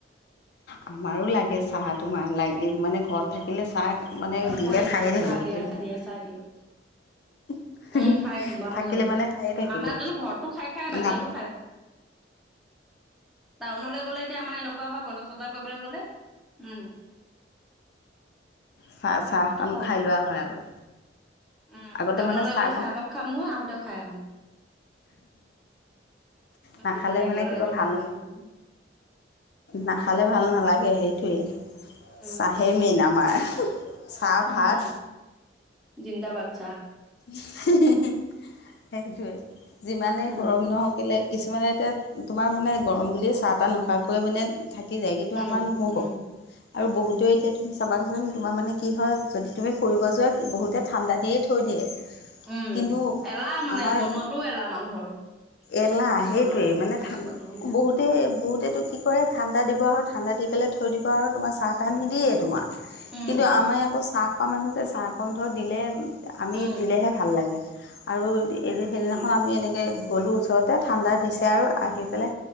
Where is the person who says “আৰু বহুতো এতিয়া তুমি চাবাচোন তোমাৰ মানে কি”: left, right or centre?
Left